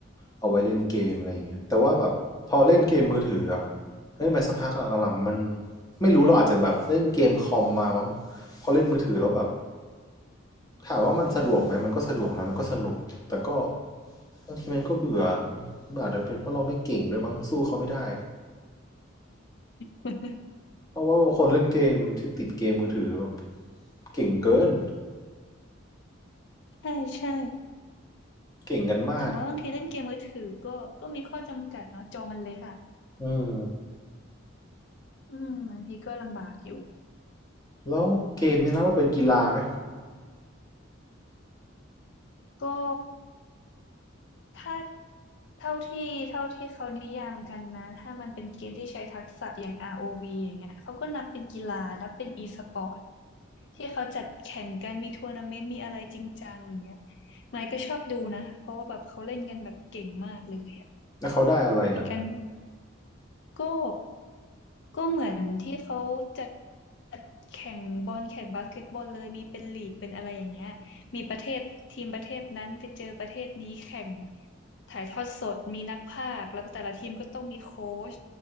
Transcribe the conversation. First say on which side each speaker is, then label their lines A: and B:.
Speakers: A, on the left; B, on the left.
A: เอาไว้เล่นเกมอะไรอย่างเงี้ยแต่ว่าแบบพอเล่นเกมมือถืออะเล่นไปสักพักหลังๆมันไม่รู้เราอาจจะแบบเล่นเกมคอมมามั้งพอเล่นมือถือแล้วแบบถามว่ามันสะดวกไหมมันก็สะดวกนะมันก็สนุกแต่ก็บางทีมันก็เบื่ออาจจะเป็นเพราะเราไม่เก่งด้วยมั้งสู้เขาไม่ได้
B: <laughs>
A: เพราะว่าคนเล่นเกมที่ติดเกมมือถือแบบเก่งเกิน
B: ใช่ใช่
A: เก่งกันมาก
B: แต่ว่าบางทีเล่นเกมมือถือก็ก็มีข้อจำกัดเนาะจอมันเล็กอ่ะ
A: อืม
B: อืมบางทีก็ลำบากอยู่
A: แล้วเกมนี่นะว่าเป็นกีฬาไหม
B: ก็ถ้าเท่าที่เท่าที่เขานิยามกันนะถ้ามันเป็นเกมที่ใช้ทักษะอย่าง ROV อวีอย่างเงี้ยเขาก็นับเป็นกีฬานับเป็น e-sport ที่เขาจัดแข่งกันมีทัวร์นาเมนต์มีอะไรจริงจังอย่างเงี้ยไมค์ก็ชอบดูนะเพราะว่าแบบเขาเล่นกันแบบเก่งมากเลยอะ
A: แล้วเขาได้อะไรอ่ะ
B: มีกันก็ก็เหมือนที่เขาจัดแข่งบอลแข่งบาสเกตบอลเลยมีเป็นลีกเป็นอะไรอย่างเงี้ยมีประเทศทีมประเทศนั้นไปเจอประเทศนี้แข่งถ่ายทอดสดมีนักพากย์แล้วก็แต่ละทีมก็ต้องมีโค้ช